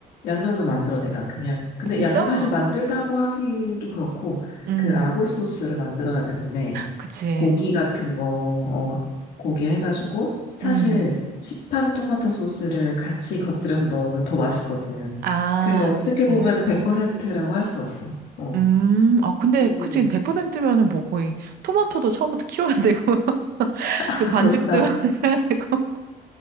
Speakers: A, on the left (about 70°); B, on the right (about 65°).
A: 양념도 만들어, 내가. 그냥. 근데
B: 진짜?
A: 양념 사실 만들다고 하기는 좀 그렇고,
B: 음.
A: 그 라구 소스를 만들어야 되는데,
B: 그치.
A: 고기 같은 거, 어, 고기 해가지고, 사실
B: 음.
A: 시판 토마토 소스를 같이 곁들여서 넣으면 더 맛있거든.
B: 아,
A: 그래서 어떻게
B: 그렇지.
A: 보면은 100%라고 할 순 없어. 어.
B: 음, 아, 근데,
A: 음.
B: 그치, 100%면은 뭐 거의 토마토도 처음부터 키워야 되고, <laughs>
A: 아,
B: 그 반죽도
A: 그렇구나.
B: <laughs> 해야 되고,